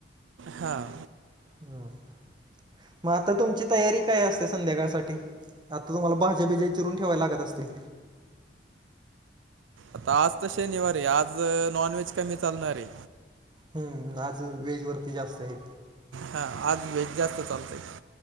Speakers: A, on the right; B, on the right.
A: हां.
B: हम. मग आता तुमची तयारी काय असते संध्याकाळ साठी आता तुम्हाला भाज्या बिज्या चिरून ठेवाय लागत असतील.
A: आता आज तर शनिवारी आहे नॉनव्हेज कमी चालणार आहे.
B: हम्म आज वेज वरती जास्त हे.
A: हा आज वेज जास्त चालतय.